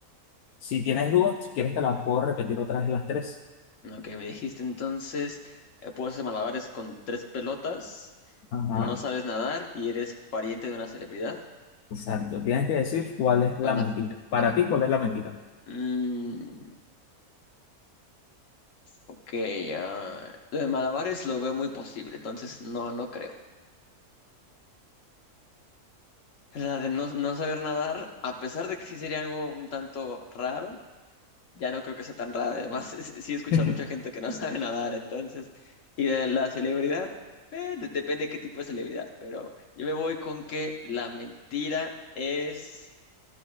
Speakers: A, on the left; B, on the left.
A: Si tienes dudas, si quieres te las puedo repetir otras vez las tres.
B: Ok, me dijiste entonces, eh, puedo hacer malabares con tres pelotas,
A: Ajá,
B: no sabes nadar y eres pariente de una celebridad.
A: exacto. Tienes que decir cuál es la
B: ¿Cuál
A: mentira.
B: es la,
A: Para
B: la men-
A: ti, ¿cuál es la mentira?
B: Mm, ok, ah, lo de malabares lo veo muy posible, entonces no, no creo. La de no, no saber nadar, a pesar de que sí sería algo un tanto raro, ya no creo que sea tan raro. Además, <laughs> es- sí he escuchado
A: <laughs>
B: mucha gente que no <laughs> sabe nadar, entonces. Y de la celebridad, eh, de- depende de qué tipo de celebridad, pero yo me voy con que la mentira es